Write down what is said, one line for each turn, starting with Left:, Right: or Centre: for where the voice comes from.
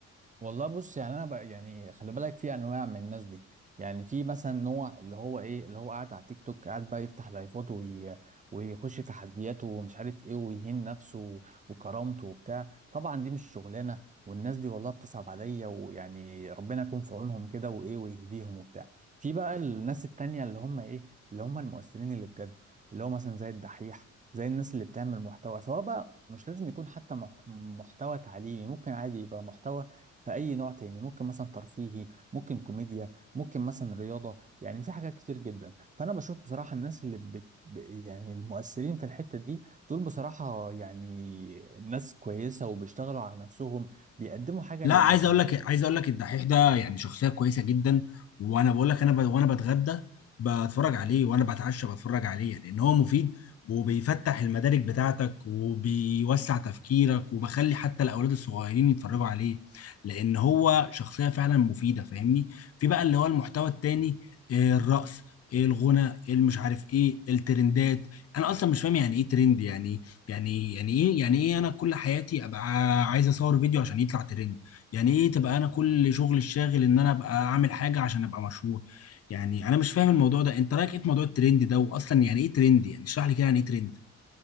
Right: والله بص يعني انا بقى يعني خلي بالك في انواع من الناس دي يعني في مثلا نوع اللي هو ايه اللي هو قاعد على التيك توك قاعد بقى يفتح لايفات وي... ويخش تحديات ومش عارف ايه ويهين نفسه وكرامته وبتاع طبعا دي مش شغلانه والناس دي والله بتصعب عليا ويعني ربنا يكون في عونهم كده وايه ويهديهم وبتاع في بقى الناس التانية اللي هم ايه اللي هم المؤثرين اللي بجد اللي هو مثلا زي الدحيح زي الناس اللي بتعمل محتوى سواء بقى مش لازم يكون حتى مح- محتوى تعليمي ممكن عادي يبقى محتوى في اي نوع تاني ممكن مثلا ترفيهي ممكن كوميديا ممكن مثلا رياضه يعني في حاجات كتير جدا فانا بشوف بصراحه الناس اللي بت... ب- يعني المؤثرين في الحته دي دول بصراحه يعني ناس كويسه وبيشتغلوا على نفسهم بيقدموا حاجه
Left: لا
Right: لل...
Left: عايز اقول لك عايز اقول لك الدحيح ده يعني شخصيه كويسه جدا وانا بقول لك انا ب... وانا بتغدى بتفرج عليه وانا بتعشى بتفرج عليه لان هو مفيد وبيفتح المدارك بتاعتك وبيوسع تفكيرك وبخلي حتى الاولاد الصغيرين يتفرجوا عليه لان هو شخصيه فعلا مفيده فاهمني في بقى اللي هو المحتوى التاني آه، الرقص إيه الغنى إيه المش عارف ايه الترندات انا اصلا مش فاهم يعني ايه ترند يعني يعني يعني ايه يعني ايه انا كل حياتي ابقى عايز اصور فيديو عشان يطلع ترند يعني ايه تبقى انا كل شغل الشاغل ان انا ابقى اعمل حاجه عشان ابقى مشهور يعني انا مش فاهم الموضوع ده انت رايك ايه في موضوع الترند ده واصلا يعني ايه ترند يعني اشرح لي كده يعني ايه ترند